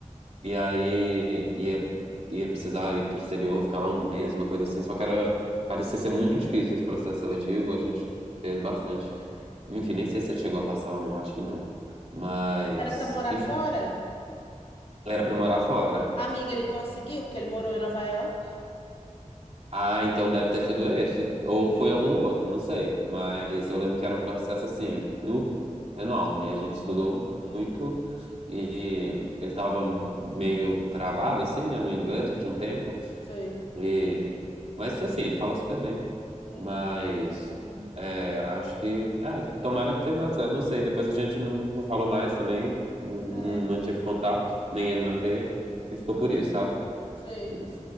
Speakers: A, on the right; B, on the left.
A: E aí ia, ia precisar ir pro exterior, ficar lá um mês, uma coisa assim. Só que era, parecia ser muito difícil esse processo seletivo, a gente fez bastante. Enfim, nem sei se ele chegou a passar ou não, acho que não. Mas,
B: Era pra morar
A: enfim,
B: fora?
A: era pra morar fora.
B: Amiga, ele conseguiu, porque ele morou em Nova York.
A: Ah, então deve ter sido esse. Ou
B: É,
A: foi algum outro, não sei. Mas
B: é.
A: eu lembro que era um processo assim, nu, enorme. A gente
B: Uhum,
A: estudou muito e ele estava meio travado, assim, né, no inglês, já tinha um tempo.
B: sei.
A: E... Mas assim, ele fala super bem.
B: Ah,
A: Mas
B: que bom. Hum,
A: é, acho que. É, tomara que tenha dado certo. Não sei. Depois a gente não, não falou mais também. Não, não
B: É,
A: mantive contato, nem ele manteve. E ficou por isso, sabe?
B: sei.
A: Ele,